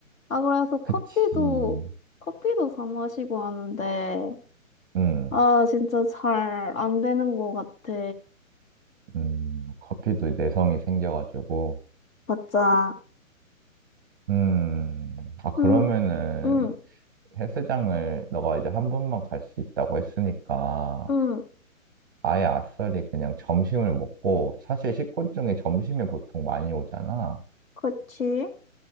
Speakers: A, on the left (about 70°); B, on the right (about 15°).
A: 아, 그래서 커피도,
B: 그치.
A: 커피도 사 마시고 하는데,
B: 음,
A: 아, 진짜 잘 안 되는 것 같아.
B: 음, 커피도 내성이 생겨가지고.
A: 맞아.
B: 음, 아, 그러면은
A: 응, 응,
B: 헬스장을 너가 이제 한 번만 갈 수 있다고 했으니까
A: 응,
B: 아예 아싸리 그냥 점심을 먹고 사실 식곤증이 점심에 보통 많이 오잖아.
A: 그치?